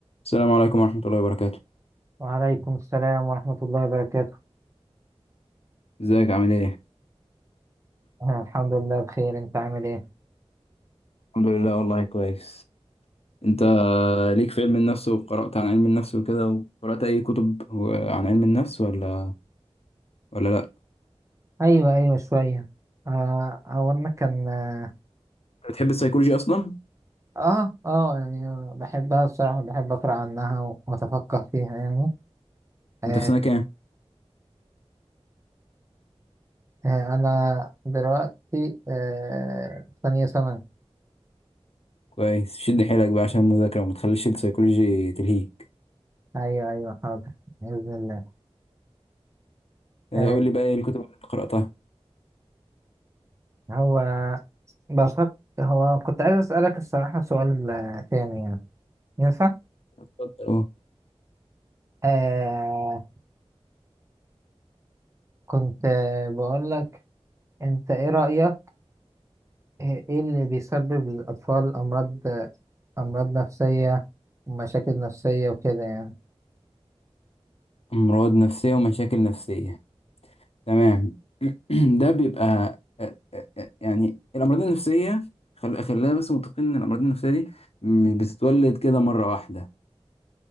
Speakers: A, on the left; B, on the right.
A: السلام عليكم ورحمة الله وبركاته
B: وعليكم السلام ورحمة الله وبركاته
A: ازيك عامل ايه؟
B: آه، الحمد لله بخير انت عامل ايه
A: الحمد لله والله كويس انت ليك في علم النفس وقرأت عن علم النفس وكده وقرأت اي كتب و- عن علم النفس ولا ولا لا؟
B: ايوه ايوه شوية آه هو انا كان اه
A: بتحب السيكولوجي اصلا؟
B: اه آه، يعني بحبها بصراحة بحب اقرا عنها واتفقه فيها يعني آه
A: انت في سنة كام؟
B: آه انا دلوقتي آه في ثانية ثانوي
A: كويس شد حيلك بقى عشان المذاكرة وما تخليش السيكولوجي تلهيك
B: ايوه ايوه حاضر بإذن الله
A: اه،
B: آه
A: قول لي بقى ايه الكتب اللي انت قرأتها؟
B: هو بفكر هو كنت عايز اسألك الصراحة سؤال آه، تاني يعني ينفع؟
A: اتفضل اه،
B: آه كنت آه، بقول لك انت ايه رأيك إيه إيه اللي بيسبب للأطفال أمراض أمراض نفسية ومشاكل نفسية وكده يعني
A: امراض نفسية ومشاكل نفسية تمام <clears throat> ده بيبقى آه، آه، آه، يعني الأمراض النفسية خل... خلينا بس متفقين إن الأمراض النفسية دي مش بتتولد كده مرة واحدة